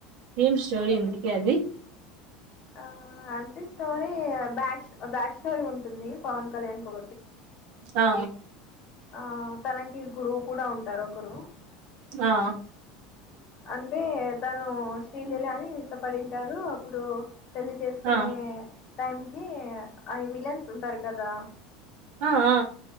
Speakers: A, on the right; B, on the left.
A: ఏమ్ స్టోరీ ఇంతకీ అది
B: ఆ అంటే స్టోరీ బ్యాక్ బ్యాక్ స్టోరీ ఉంటుంది పవన్ కళ్యాణ్ కు
A: ఆ
B: ఆ తనకి గురువు కూడా ఉంటారు ఒకరు
A: ఆ
B: అంటే తను ీలల అని ఇష్టపడింటారు అప్పుడు పెళ్లి చేసుకునే
A: ఆ
B: టైం కి ఆ విలన్స్ ఉంటారు కదా
A: ఆ ఆ